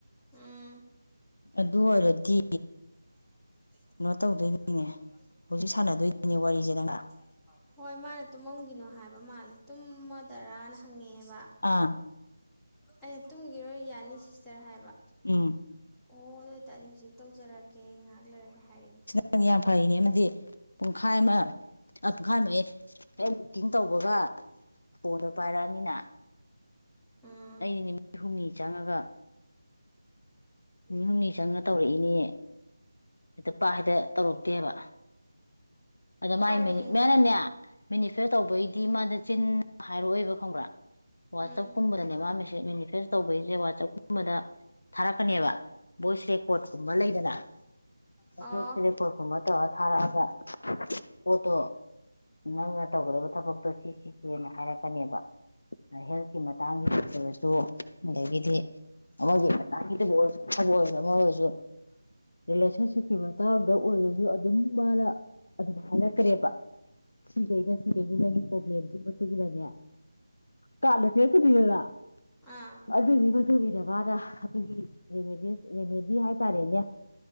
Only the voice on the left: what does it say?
ꯑꯗꯨ ꯑꯣꯏꯔꯗꯤ
ꯇꯧꯗꯣꯏꯅꯤꯅꯦ
ꯍꯧꯖꯤꯛ ꯁꯥꯟꯅꯗꯣꯏꯅꯤꯅꯦ
ꯋꯥꯔꯤꯁꯦ ꯅꯪꯒ
ꯑꯥ
ꯎꯝ
ꯅꯪ ꯌꯥꯝ ꯐꯩꯅꯦ ꯑꯃꯗꯤ ꯄꯨꯡꯈꯥꯏ ꯑꯃ ꯄꯨꯡꯈꯥꯏꯝꯌ‌ꯦ <unintelligible> ꯇꯧꯕꯒ ꯐꯣꯟꯗ‌ꯣ ꯄꯥꯏꯔꯛꯑꯝꯅꯤꯅ
ꯑꯩꯗꯤ ꯅꯨꯃꯤꯠ ꯍꯨꯝꯅꯤ ꯆꯪꯉꯒ ꯃꯤ ꯍꯨꯝꯅꯤ ꯆꯪꯉ ꯇꯧꯔꯛꯏꯅꯦ ꯍꯦꯛꯇꯥ ꯄꯥꯛ ꯍꯦꯛꯇꯥ ꯇꯧꯔꯛꯇꯦꯕ ꯑꯗ ꯃꯥꯥꯏ
ꯃꯅꯅꯦ ꯃꯦꯅꯤꯐꯦ ꯇꯧꯕꯩꯗꯤ ꯃꯥꯗ ꯆꯤꯟ ꯍꯥꯏꯔꯛꯑꯣꯏꯕ ꯈꯪꯕ꯭ꯔꯥ ꯋꯥꯆꯞꯀꯨꯝꯕꯗꯅꯦ
ꯃꯥ ꯃꯦꯁꯦ ꯃꯦꯅꯤꯐꯦꯁ ꯇꯧꯕꯩꯁꯦ ꯋꯥꯆꯞꯀꯨꯝꯕꯗ ꯊꯥꯔꯛꯀꯅꯦꯕ ꯚꯣꯏꯁ ꯔꯦꯀꯣꯔꯠ ꯀꯨꯝꯕ ꯂꯩꯗꯅ <unintelligible>
<unintelligible> ꯀꯣꯨꯝꯕ ꯇꯧꯔꯥ ꯊꯥꯔꯛꯑꯒ ꯄꯣꯠ ꯇꯣ ꯅꯪꯅ ꯇꯧꯒꯗꯕ ꯊꯕꯛꯇꯣ ꯁꯤ ꯁꯤꯁꯦꯅ ꯍꯥꯏꯔꯛꯀꯅꯦꯕ ꯍꯦꯜꯠꯀꯤ ꯃꯇꯥꯡꯒꯤ ꯑꯣꯏꯔꯁꯨ ꯑꯗꯒꯤꯗꯤ ꯑꯃꯗꯤ <unintelligible> <unintelligible> <unintelligible> ꯑꯣꯏ ꯑꯃ ꯑꯣꯏꯁꯨ ꯔꯤꯂꯦꯁꯟꯁꯤꯞꯀꯤ ꯃꯇꯥꯡꯗ ꯑꯣꯏꯔꯁꯨ ꯑꯗꯨꯝ ꯃꯥꯅ ꯑꯗꯨꯝ ꯍꯥꯏꯔꯛꯇ꯭ꯔꯦꯕ ꯁꯤꯈꯩꯅ ꯁꯤꯈꯩꯅꯤ ꯅꯪꯒꯤ ꯄ꯭ꯔꯣꯕ꯭ꯂꯦꯝꯗꯨꯒꯤ ꯃꯇꯨꯡ ꯏꯟꯅꯅꯦ ꯀꯥꯟꯗ <unintelligible> <unintelligible>
ꯑꯗꯨꯗꯤ ꯃꯇꯨꯡꯏꯟꯅꯥ ꯃꯅꯥ ꯑꯗꯨꯒꯤ ꯔꯦꯃꯦꯗꯤꯁ ꯔꯦꯃꯦꯗꯤ ꯍꯥꯏꯇꯥꯔꯦꯅꯦ